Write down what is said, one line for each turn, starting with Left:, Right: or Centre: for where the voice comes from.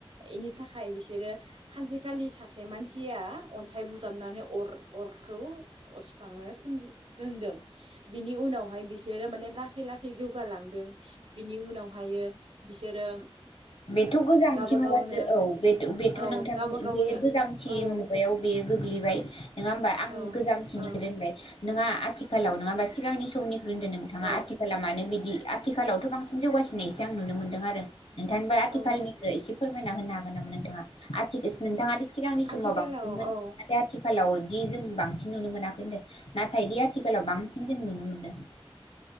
Right: बेनि थाखाय बिसोरो सानसेखालि सासे मानसिया अनथाइ बुजाबनानै अर अरखौ अरसुखांनो सोमजि रोंदों बिनि उनावहाय बिसोरो माने लासै लासै जौगालांदों बिनि उनावहायो बिसोरो
Left: बेथ' गोजामथि
Right: गावबा
Left: मुगासो
Right: गावनो
Left: औ बेथ' बेथ'
Right: औ
Left: नोंथां
Right: गावबा गावनो
Left: बे गोजामथि
Right: औ औ
Left: मुगायाव बे गोग्लैबाय नङा होमबा आं
Right: औ
Left: गोजामथिनिखौ
Right: औ
Left: दोनबाय नोंङा आथिखालाव नङाबा सिगांनि समनि होनग्रोदों नोंथाङा
Right: औ
Left: आथिखाला मानो बिदि आथिखालावथ' बांसिन जौगासिनायसो आं नुनो मोनदों आरो बिथांबा आथिखालनिखौ
Right: औ
Left: एसे फोर मायना होनो हागोन नामा नोंथाङा आथि नोंथांङा जि सिगांनि समाव
Right: आथिखालाव
Left: बांसिनमोन
Right: औ
Left: नाथाय आथिखालाव दि जों बांसिन नुनो मोनाखै होनदों नाथाय दि आथिखालाव बांसिन जों नुनो मोनदों